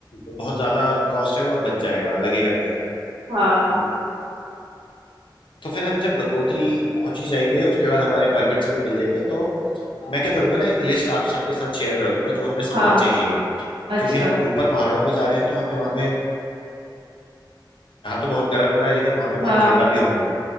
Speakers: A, on the left; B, on the right.
A: बहुत ज्यादा कॉस्ट है वो बच जाएगा लगेगा नहीं
B: हाँ
A: तो फिर हम जब गंगोत्री पहुंच ही जाएंगे उसके बाद हमारे परमिट्स हमें मिल जाएंगे तो मैं क्या करूंगा ना एक लिस्ट आप सबके साथ शेयर कर दूंगा जो हमें सामान
B: हाँ
A: चाहिए
B: अच्छा
A: क्योंकि हम ऊपर पहाड़ों में जा रहे हैं तो हमें वहाँ पे यहाँ तो बहुत गर्म हो रहा है लेकिन वहाँ पे बहुत
B: हाँ
A: ठंडा भी होगा